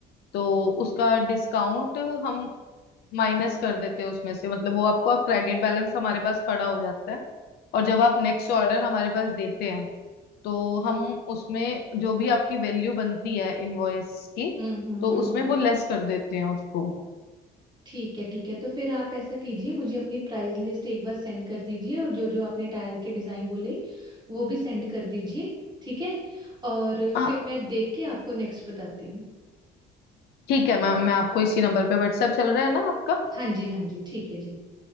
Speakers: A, on the left; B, on the right.
A: तो उसका डिस्काउंट हम माइनस कर देते हैं उसमें से मतलब वो आपको अब क्रेडिट बैलेंस हमारे पास खड़ा हो जाता है और जब आप नेक्स्ट ऑर्डर हमारे पास देते हैं तो हम उसमें जो भी आपकी वैल्यू बनती है इनवॉइस की
B: हम्म हम्म
A: तो
B: हम्म
A: उसमें
B: हम्म
A: वो लेस कर देते हैं उसको
B: ठीक है ठीक है तो फिर आप ऐसा कीजिए मुझे अपनी प्राइस लिस्ट एक बार सेंड कर दीजिए और जो जो आपने टायर के डिज़ाइन बोले वो भी सेंड कर दीजिए ठीक है और
A: हाँ
B: फिर मैं देख के आपको नेक्स्ट बताती हूँ
A: ठीक है मैम मैं आपको इसी नंबर पे व्हाट्सएप चल रहा है ना आपका
B: हाँ जी हाँ जी ठीक है जी